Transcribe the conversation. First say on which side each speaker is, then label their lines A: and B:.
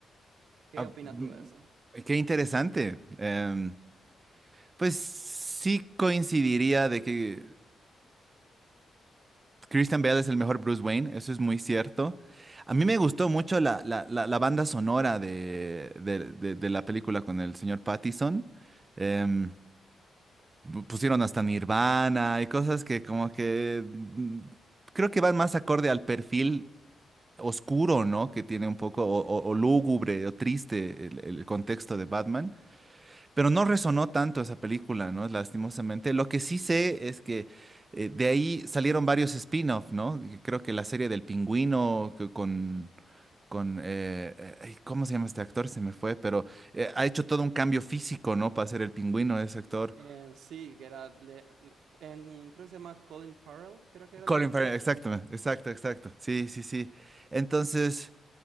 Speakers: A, on the right; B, on the right.
A: ¿Qué
B: Ah,
A: opinas
B: mm,
A: tú de eso?
B: qué interesante. Em, pues sí coincidiría de que Christian Bale es el mejor Bruce Wayne, eso es muy cierto. A mí me gustó mucho la, la- la- la banda sonora de, de- de- de la película con el señor Pattinson. Em, pu- pusieron hasta Nirvana y cosas que como que mm, creo que van más acorde al perfil oscuro, ¿no? Que tiene un poco, o, o- o lúgubre, o triste el, el contexto de Batman, pero no resonó tanto esa película, ¿no? Lastimosamente. Lo que sí sé es que eh, de ahí salieron varios spin-off, ¿no? Que Creo que la serie del pingüino que con... con eh, eh, ay, ¿cómo se llama este actor? Se me fue, pero eh, ha hecho todo un cambio físico, ¿no? Para ser el pingüino ese actor.
A: Eh, sí, que era, le- le- en- creo que se llama Colin Farrell, creo que era
B: Colin
A: el nombre
B: Farrell,
A: de la actriz.
B: exacto, exacto, exacto. Sí, sí, sí.
A: Sí.
B: Entonces...